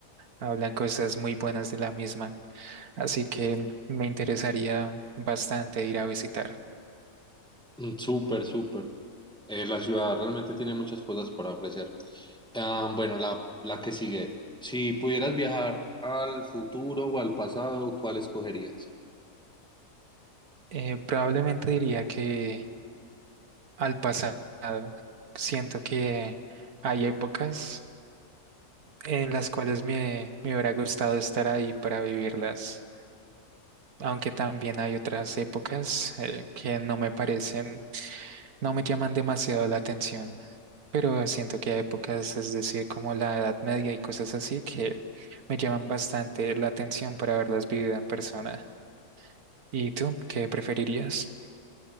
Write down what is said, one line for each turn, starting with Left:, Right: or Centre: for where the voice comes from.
Right: hablan cosas muy buenas de la misma. así que me interesaría bastante ir a visitar.
Centre: Mm, súper, súper. Eh, la ciudad realmente tiene muchas cosas para ofrecer. Ah, bueno, la, la que sigue. Si pudieras viajar al futuro o al pasado, ¿cuál escogerías?
Right: Eh, probablemente diría que al pasado, siento que hay épocas en las cuales me, me hubiera gustado estar ahí para vivirlas, aunque también hay otras épocas eh, que no me parecen, no me llaman demasiado la atención. Pero siento que hay épocas, es decir, como la Edad Media y cosas así, que me llaman bastante la atención para haberlas vivido en persona. ¿Y tú qué preferirías?